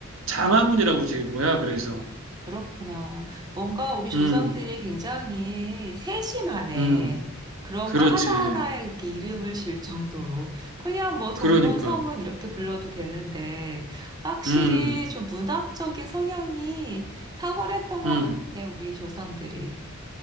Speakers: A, on the right (about 65°); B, on the right (about 20°).
A: 장화문이라고 지은 거야. 그래서
B: 그렇구나. 뭔가 우리 조상들이
A: 음,
B: 굉장히 세심하네.
A: 음,
B: 그런
A: 그렇지.
B: 거 하나하나에 이렇게 이름을 지을 정도로. 그냥 뭐 동문,
A: 그러니까
B: 서문 이렇게 불러도 되는데, 확실히
A: 음,
B: 좀 문학적인 성향이 탁월했던 것
A: 음,
B: 같아, 우리 조상들이.